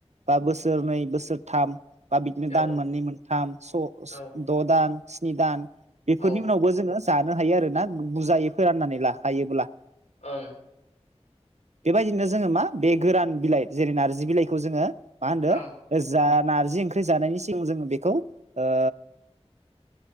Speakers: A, on the right; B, on the left.
A: बा बोसोरनै बोसोरथाम बा बिदिनो
B: औ
A: दान मोननै मोनथाम स'
B: औ
A: द' दान, स्नि दान बेफोरनि
B: औ
A: उनाव बो जोङो जानो हायो आरोना? बुरजायै फोराननानै लाखायोब्ला।
B: ओं।
A: बेबायदिनो जोङो मा बे गोरान बिलाइ जेरै नारजि बिलाइखौ जोङो मा होनदों
B: ओं
A: जा नारजि ओं ख्रि जानायनि सिगां जोङो बेखौ ओ